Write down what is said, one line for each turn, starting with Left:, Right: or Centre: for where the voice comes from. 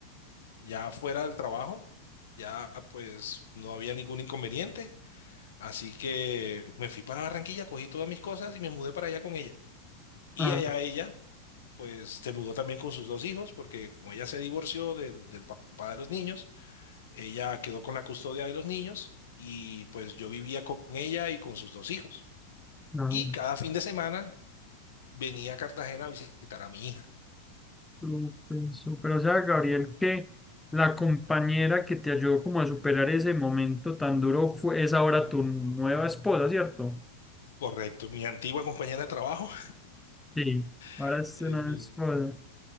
Left: Ya fuera del trabajo, ya pues no había ningún inconveniente. Así que me fui para Barranquilla, cogí todas mis cosas y me mudé para allá con ella. Y
Centre: Ah,
Left: allá ella, pues se mudó también con sus dos hijos, porque como ella se divorció del, del pa- papá de los niños, ella quedó con la custodia de los niños y pues yo vivía con ella y con sus dos hijos.
Centre: no.
Left: Y cada fin de semana venía a Cartagena a visitar a mi hija.
Centre: Súper, súper. O sea, Gabriel, que la compañera que te ayudó como a superar ese momento tan duro fue, es ahora tu nueva esposa, ¿cierto?
Left: Correcto, mi antigua compañera de trabajo
Centre: Sí, ahora
Left: <laughs>
Centre: es
Left: es
Centre: una
Left: mi,
Centre: esposa.